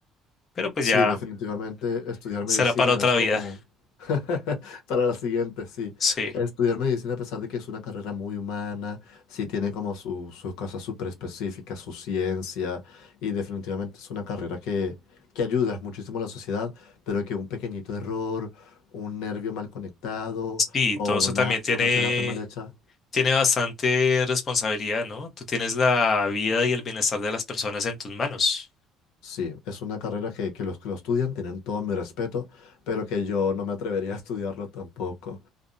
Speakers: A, on the left (about 35°); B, on the left (about 80°).
A: Pero pues
B: Sí,
A: ya
B: definitivamente estudiar
A: será
B: medicina
A: para otra
B: es como
A: vida.
B: <laughs> para la siguiente, sí.
A: Sí,
B: Estudiar medicina, a pesar de que es una carrera muy humana, sí tiene como su- sus cosas súper específicas, su ciencia, y definitivamente es una carrera que, que ayuda muchísimo a la sociedad, pero que un pequeñito error, un nervio mal conectado
A: sí,
B: o
A: todo
B: una,
A: eso también tiene,
B: una terapia mal hecha,
A: tiene bastante responsabilidad, ¿no? Tú tienes la vida y el bienestar de las personas en tus manos.
B: sí, es una carrera que, que los que lo estudian tienen todo mi respeto, pero que yo no me atrevería a estudiarlo tampoco.